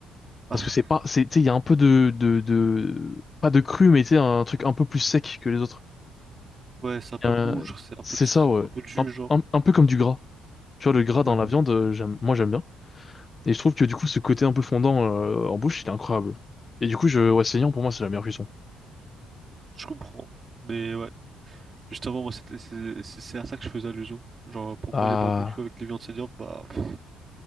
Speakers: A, on the right; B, on the left.
A: Ah,
B: Parce que c'est pas, c'est, tu sais, il y a un peu de, de, de, pas de cru, mais tu sais, un truc un peu plus sec que les autres.
A: Ouais, c'est un peu
B: Euh,
A: mou, genre, c'est un
B: c'est
A: peu, de-
B: ça, ouais.
A: un peu de jus,
B: Un,
A: genre.
B: un, un peu comme du gras. Tu vois, le gras dans
A: Ouais,
B: la viande, euh, j'aime, moi, j'aime bien. Et je trouve que, du coup, ce côté un peu fondant, euh, en bouche, il est incroyable. Et du coup, je, ouais, saignant, pour moi, c'est la meilleure cuisson.
A: je comprends. Mais ouais, justement, moi, c'était, c'est c'est- c'est à ça que je faisais allusion. Genre, pour
B: Ah.
A: moi, les barbecues avec les viandes saignantes, bah, pff,